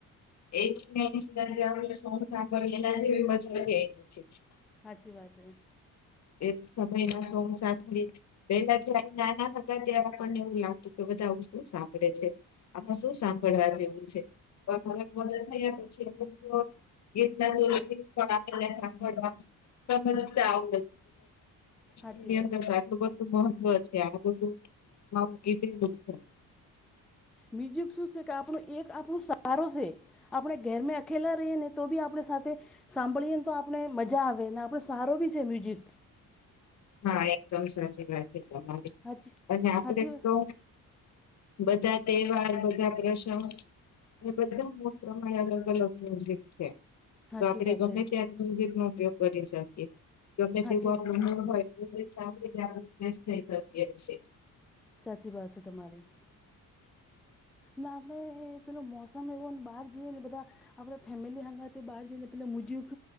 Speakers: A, on the left; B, in the centre.
A: એ સ સાંભળી એના જે મજા કે નથી
B: સાાચી વાત
A: એક સમયના સોંગ સાળી પેલા જ નાના હતા ત્યારે આપણને એવું લાગતું કે બધાું શું સાંભળે છે આમાં શું સાંભળવા જેવું છે પણ મને મદા થઈયાછી એલા તો પણ આપેને સાંભળવા સમજ આવ
B: સાચી
A: નની
B: વાત
A: અંદર
B: હે.
A: સાટલું બધ મહત્વ છે આ બધું મા કીધલું છે
B: મ્યુઝિક શું છે કે આપણું એક આપણો સહારો છે આપણે ઘેર મે અકેલા રહીએ ને તો બી આપણે સાથે સાંભળીએને તો આપણે મજા આવે ને આપણે સારો બી છે મ્યુઝિક
A: હા એકદમ સાચી વાત છે તમારી
B: હાચી
A: અને આપડે
B: હાચી
A: તો બધા તહેવાર બધા પ્રસંગ અને બધા મો પ્રમાણે અલગ અલગ મ્યુઝિક છે
B: હાચી
A: તો આપડે
B: વાત
A: ગમે
B: હે
A: ત્યા મ્યુઝિક નો ઉપયોગ કરી શકીએ ગમે
B: સાચી
A: તેવું બું હોય આપ ફ થઈ જ
B: સાાચી વાત છે તમારી ના આપણે પેલોું મોસમ એવો બહાર જઈએ ને બધા આપણે ફેમિલી હંગથે બહાર જઈને પેલા મુજક